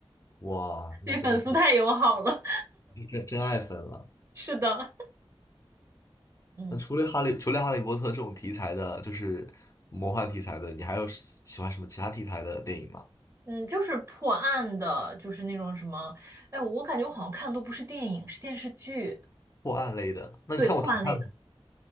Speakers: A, on the left (about 35°); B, on the right (about 30°).
A: 哇，
B: <laughs>
A: 那真的是
B: 对粉丝太友好了，
A: 真真爱粉了。
B: <laughs> 是的。嗯
A: 那除了哈利，除了哈利波特这种题材的，就是魔幻题材的，你还有喜喜欢什么其他题材的电影吗？
B: 嗯，就是破案的，就是那种什么，哎，我感觉我好像看的都不是电影，是电视剧。
A: 破案类的？那你看过《唐探》吗？
B: 对，破案类的。